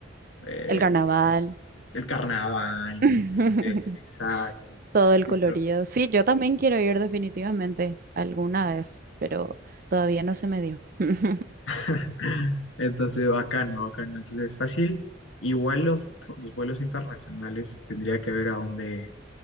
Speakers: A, on the left; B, on the right.
A: eh,
B: El carnaval.
A: el carnaval,
B: <laughs>
A: obviamente. Exacto.
B: Todo el
A: Cristo.
B: colorido. Sí, yo también quiero ir definitivamente alguna vez, pero todavía no se me dio. <laughs>
A: <laughs> Entonces, bacano, bacano. Entonces, fácil. Igual los, los vuelos internacionales tendría que ver a dónde,